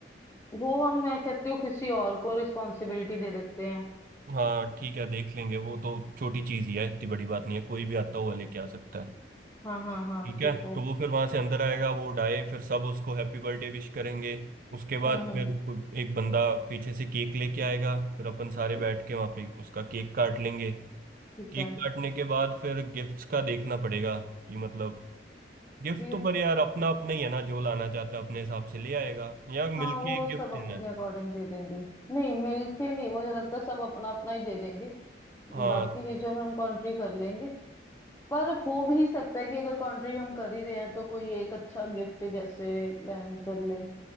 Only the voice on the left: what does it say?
वो हम मैं कहती हूँ किसी और को रिस्पॉन्सिबिलिटी दे देते हैं
हाँ हाँ हाँ
ठीक
है
हम्म हम्म
ठीक
ठीक
है
गिफ्ट
हाँ
वो
सब
अपने
अकॉर्डिंग दे देंगे नहीं मिलके नहीं मुझे लगता है सब अपना अपना ही दे देंगे
बाकी चीजों में हम कॉन्ट्री कर लेंगे पर हो भी सकता है कि अगर कॉन्ट्री हम कर ही रहे हैं तो कोई एक अच्छा गिफ्ट जैसे प्लान कर ले